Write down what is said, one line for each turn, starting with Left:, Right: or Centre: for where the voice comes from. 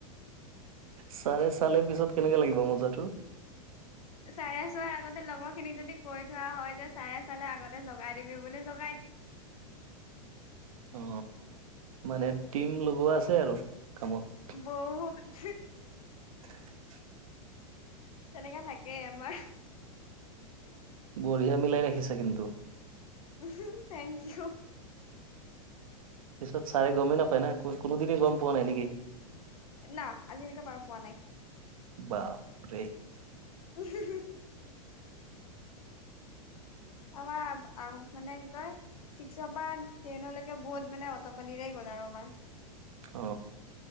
Right: চাৰে চালে পিছত কেনেকে লাগিব মজাটো।
Left: চাৰে চোৱাৰ আগতে লগৰ খিনিক যদি কৈ থোৱা হয় যে চাৰে চালে আগতে জগাই দিবি বুলি জগাই
Right: অ মানে টিম লগোৱা আছে আৰু কামত
Left: বহুত।
Right: <inaudible>
Left: তেনেকা থাকেই আমাৰ।
Right: বঢ়িয়া মিলাই ৰাখিছা কিন্তু।
Left: উমহো থেংক ইউ।
Right: পিছত ছাৰে গমেই নাপায় না কোনোদিনে গম পোৱা নাই নেকি?
Left: না আজিলৈকে পাৰ পোৱা নাই।
Right: বাপ ৰে
Left: হে হে। আমাৰ মানে কি কয়। ছিক্সৰ পৰা টেনলৈকে বহুত মানে অট পালিৰে গ'ল আৰু আমাৰ
Right: অ